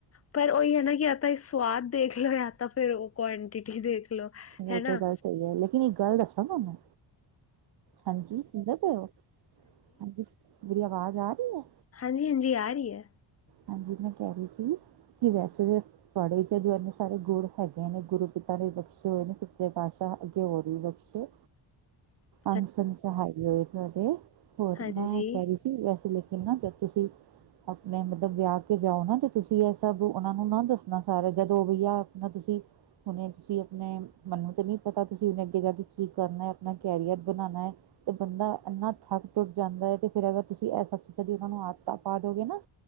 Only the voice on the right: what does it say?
ਹੋ
ਤੇ ਗੱਲ ਸਹੀ ਹੈ ਲੇਕਿਨ ਇੱਕ ਗੱਲ ਦੱਸਾਂ ਤੁਹਾਨੂੰ ਹਾਂਜੀ ਸੁਣਦੇ ਪਏ ਹੋ ਹਾਂਜੀ ਮੇਰੀ ਆਵਾਜ਼ ਆ ਰਹੀ ਐ
ਹਾਂਜੀ ਮੈਂ ਕਹਿ ਰਹੀ ਸੀ ਕਿ ਵੈਸੇ ਤੁਹਾਡੇ ਚ ਜੋ ਇੰਨੇ ਸਾਰੇ ਗੁਰ ਹੈਗੇ ਨੇ ਗੁਰੂ ਪਿਤਾ ਨੇ ਬਖਸ਼ੇ ਹੋਏ ਨੇ ਸੱਚੇ ਪਾਤਸ਼ਾਹ ਅੱਗੇ ਹੋਰ ਵੀ ਛੇ
ਅੰਸ ਅੰਸ ਸਹਾਈ ਹੋਏ ਤੁਹਾਡੇ ਹੋਰ
ਮੈਂ ਕਹਿ ਅਸੀਂ ਲੇਕਿਨ ਨਾ ਜਦ ਤੁਸੀਂ ਆਪਣੇ ਜ ਵਿਆਹ ਕੇ ਜਾਓ ਨਾ, ਤੇ ਤੁਸੀਂ ਇਹ ਸਭ ਉਹਨਾਂ ਨੂੰ ਨਾ ਦੱਸਣਾ, ਸਾਰਾ ਜਦੋਂ ਉਹ ਵੀਈਆ, ਆਪਣਾ ਤੁਸੀਂ ਹੁਣੇ ਤੁਸੀਂ ਆਪਣੇ, ਮੈਨੂੰ ਤਾਂ ਨਹੀਂ ਪਤਾ ਤੁਸੀਂ ਹਨੇ ਅੱਗੇ ਜਾ ਕੇ, ਕੀ ਕਰਨਾ ਆਪਣਾ, ਕੈੀਅਰ ਬਣਾਉਣਾ ਹੈ ਤੇ ਬੰਦਾ, ਇੰਨਾ ਥੱਕ ਟੁੱਟ ਜਾਂਦਾ ਹੈ ਤੇ ਫਿਰ ਅਗਰ ਤੁਸੀਂ ਇਹ ਸਬ ਚੀਜ਼ਾਂ ਦੀ, ਉਹਨਾਂ ਨੂੰ ਆਦਤਾਂ ਪਾ ਦੋਗੇ ਨਾ